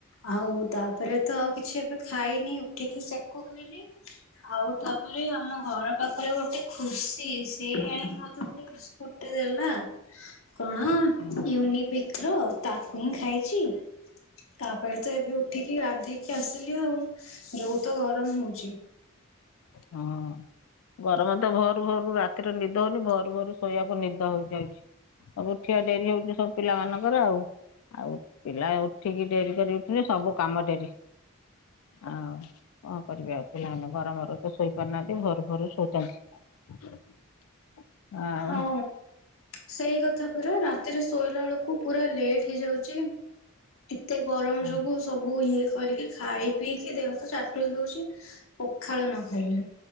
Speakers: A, on the left (about 70°); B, on the left (about 85°).
A: ଆଉ ତାପରେ ତ ଆଉ କିଛି ଏବେ ଖାଇନି। ଉଠିକି ସେକ ପିଇଲି। ଆଉ ତାପରେ ଆମ ଘର ପାଖରେ ଗୋଟେ ଖୁସି ସିଏ ଯାଇକି ମତେ ଗୋଟେ ଗୋଟେ ଦେଲା। କଣ?
B: ହଁ
A: ୟୁନିବିକ ର ତାକୁ ହିଁ ଖାଇଛି। ତାପରେ ତ ଏବେ ଉଠିକି ଗଧେଇକି ଆସିଲି ଆଉ। ଯୋଉ ତ ଗରମ ହଉଚି।
B: ହଁ। ଗରମ ତ ଭରୁ ଭରୁ ରାତିରେ ନିଦ ହଉନି। ଭରୁ ଭରୁ ଶୋଇବାକୁ ନିଦ ହଉ ଯାଉଛି। ଉଠିବା ଡେରି ହଉଛି ସବୁ ପିଲାମାନାନଙ୍କର ଆଉ। ଆଉ ପିଲାଏ ଉଠିକି ଡେରି କରିକି ଉଠିଲେ ସବୁ କାମ ଡେରି ଆଉ କଣ କରିବି। ଆଉ ପିଲାମାନେ ଗରମରୁ ତ ଶୋଇ ପାରୁନାହାନ୍ତି। ଭରୁ ଭରୁ ଶୋଉଛନ୍ତି। ଆଉ
A: ହଁ। ସେଇ କଥା ପୁରା ରାତିରେ ଶୋଇଲା ବେଳକୁ ପୁରା ଲେଟ ହେଇଯାଉଛି ଏତେ ଗରମ
B: ହଁ
A: ଯୋଗୁ ସବୁ ତାକୁ ଇଏ କରିକି। ଖାଇ ପିଇକି ଦେହ ତ ଚାଟୁଲି ଦଉଛି। ପଖାଳ ନ ଖାଇଲେ,